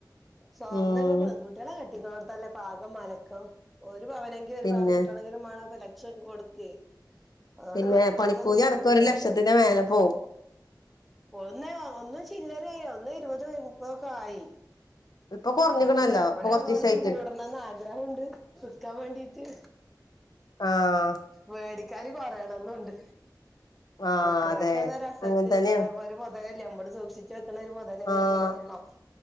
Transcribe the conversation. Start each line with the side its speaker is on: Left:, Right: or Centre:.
Centre: സ്വർണ്ണ
Left: ഉം
Centre: പ്പ പെൺകുട്ടികളെ കെട്ടിക്കുന്നടത്തല്ലേ പാകം മലക്കം ഒരു പവനെ ഇ ഒരു
Left: പിന്നെ
Centre: പവൻ കിട്ടണങ്കിലും മാണപ്പം ലക്ഷം കൊടുക്കെ അതുകൊണ്ട്
Left: പിന്നെ
Centre: പെൺകുട്ടികൾക്കൊന്നും
Left: പണിക്കൂലി
Centre: പ്പ
Left: അടക്കം
Centre: ന്നുല്ലാതായി
Left: ഒരു ലക്ഷത്തിന്റെ മേലെ പോവും
Centre: ഒന്ന് ഒന്നും ചില്ലറായി ഒന്ന് ഇരുപത് മുപ്പതൊക്കെ ആയി
Left: ഇപ്പൊ കുറഞ്ഞിക്കണല്ലോ
Centre: ഞങ്ങക്ക് പെരപ്പണി
Left: ഇപ്പൊ
Centre: നടക്കണോണ്ട്
Left: കൊറച്ചീസായിട്ട്
Centre: ത് കൂടണംന്ന് ആഗ്രഹംണ്ട് വിക്കാൻ വേണ്ടീട്ട്
Left: ആഹ്
Centre: വേടിക്കാര് കൊറയണോന്നുണ്ട്
Left: ആഹ്
Centre: വിക്കുന്നവർക്ക്
Left: അതെ
Centre: അതൊര <unintelligible>
Left: അങ്ങനെ
Centre: <unintelligible>
Left: തന്നെയാണ്
Centre: നമ്മള് സൂക്ഷിച്ചു വെക്കണ ഒരു മൊതലല്ലേ
Left: ആഹ്
Centre: പ്പൊ സ്വർണ്ണം.